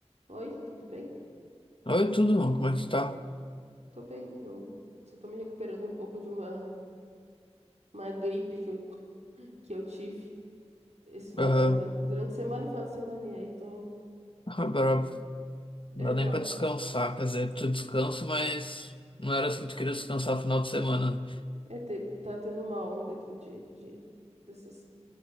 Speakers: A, on the right; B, on the left.
A: Oi, tudo bem?
B: Oi, tudo bom? Como é que tu tá?
A: Tô bem. Eu só tô me recuperando um pouco de uma, uma gripe que eu, <laughs> que eu tive esse final
B: Aham.
A: de semana. Durante a semana e final de semana, e aí tô.
B: Ah, brabo. Não
A: É,
B: dá
A: tá,
B: nem pra descansar. Quer dizer, tu descansa, mas não era assim que tu queria descansar no final de semana. né?
A: é, te- tá tendo uma onda aqui de, de, dessas